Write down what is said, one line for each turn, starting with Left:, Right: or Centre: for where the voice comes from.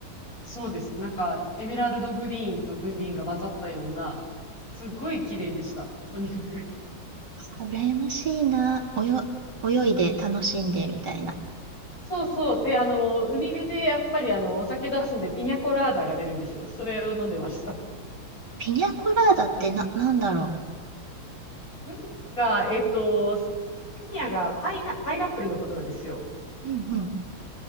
Left: そうです。なんか、エメラルドグリーンとグリーンが混ざったような、すっごい綺麗でした。とにかく。<laughs>
Right: あ羨ましいな。およ、泳いで楽しんでみたいな。
Left: そうそう。で、あの、海辺でやっぱりあの、お酒出すんで、ピニャコラーダが出るんですよ。それを飲んでました。
Right: ピニャコラーダってな、なんだろ
Left: なんか <laughs>、えっと、ピニャがパイナ、パイナップルのことなんですよ。
Right: う。うんうん。